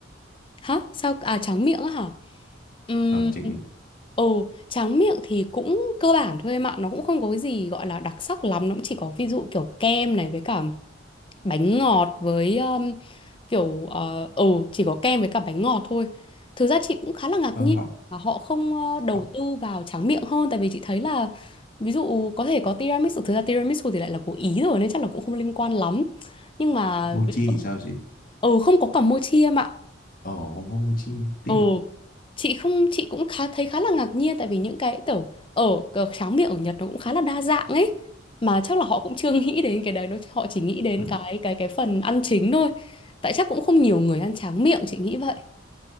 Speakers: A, on the left (about 25°); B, on the left (about 45°).
A: hả sao à tráng miệng á hả Ừm,
B: ờ tráng miệng
A: ừ tráng miệng thì cũng cơ bản thôi em ạ nó cũng không có cái gì gọi là đặc sắc lắm nó cũng chỉ có ví dụ kiểu kem này với cả bánh ngọt với um, kiểu ờ, ừ chỉ có kem với cả bánh ngọt thôi thực ra chị cũng khá là ngạc
B: ờ,
A: nhiên
B: họ,
A: mà họ không ờ, đầu
B: họ
A: tư vào tráng miệng hơn tại vì chị thấy là ví dụ có thể có tiramisu thực ra tiramisu thì lại là của Ý rồi nên chắc là cũng không liên quan lắm nhưng mà
B: mochi
A: ví dụ-
B: thì sao chị
A: ừ không có cả mochi em ạ
B: ờ không có mochi tiếc
A: Ồ,
B: gì
A: chị không chị cũng khá thấy khá là ngạc nhiên tại vì những cái kiểu ở cờ- tráng miệng ở Nhật nó cũng khá là đa dạng ấy mà chắc là họ cũng chưa nghĩ đến cái đấy nó họ chỉ nghĩ đến
B: ừ,
A: cái cái cái phần ăn chính thôi tại chắc cũng không nhiều người ăn tráng miệng chị nghĩ vậy